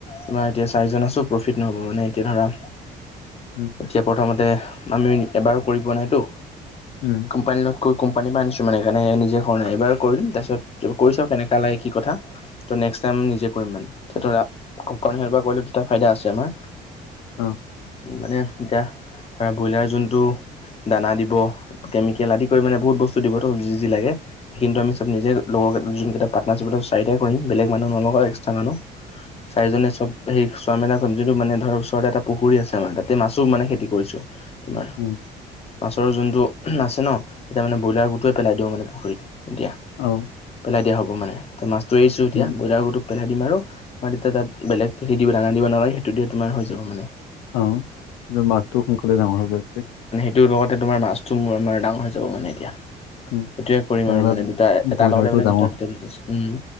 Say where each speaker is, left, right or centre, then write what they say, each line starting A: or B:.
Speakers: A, on the left; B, on the left.
A: তোমাৰ এতিয়া চাৰিজন আছোঁ প্ৰফিট নহ'ব মানে এতিয়া ধৰা
B: উম।
A: এতিয়া প্ৰথমতে আমি এবাৰো কৰি পোৱা নাইতো।
B: উম।
A: কোম্পানী লগত কোম্পানীৰ পৰা আনিছোঁ সেইকাৰণে নিজে হোৱা নাই এইবাৰ কৰি দিম তাৰপিছত কৰিছাম কেনেকোৱা লাগে কি কথা, ত' নেক্সট টাইম নিজে কৰিম মানে, <unintelligible> পৰা কৰিলে এটা ফাইদা আছে আমাৰ।
B: অ'।
A: মানে এতিয়া ধৰা ব্ৰইলাৰ যোনটো দানা দিব, কেমিকেল আদি কৰি মানে বহুত বস্তু দিবতো যি- যি লাগে। সেইখিনিটো আমি চব নিজে লগৰ যোনকেইটা পাৰ্টনাৰশ্বিপত চাৰিটাই কৰিম, বেলেগ মানুহ নলগাও এক্সট্ৰা মানুহ, চাৰিজনে চব সেই চোৱা মেলা কৰিম যোনটো মানে ধৰ ওচৰতে এটা পুখুৰী আছে আমাৰ তাতে মাছো মানে খেতি কৰিছো তোমাৰ।
B: উম।
A: মাছৰ যোনটো আছে ন, তেতিয়া মানে ব্ৰইলাৰ গোটোৱে পেলাই দিওঁ মানে পুখুৰীত এতিয়া।
B: অ'।
A: পেলাই দিয়া হ'ব মানে, ত' মাছটো এৰিছো এতিয়া
B: উম
A: ব্ৰইলাৰ গতো পেলাই দিম আৰু তোমাৰ তেতিয়া তাত বেলেগ দানা দিব নাগে সেইটো দিয়ে তোমাৰ হৈ যাব মানে।
B: অ', মাছতো সোনকালে ডাঙৰ <unintelligible>
A: এটোৰ লগতে তোমাৰ মাছটো মোৰ আমাৰ ডাঙৰ হৈ যাব মানে এতিয়া।
B: উম,
A: সেইটোয়ে কৰিম
B: তাৰপৰা
A: আৰু মানে, দুটা এটাৰ
B: ব্ৰইলাৰটো
A: লগতে মানে
B: ডাঙৰ
A: দুটা- দুটা বিজনেচ, উম।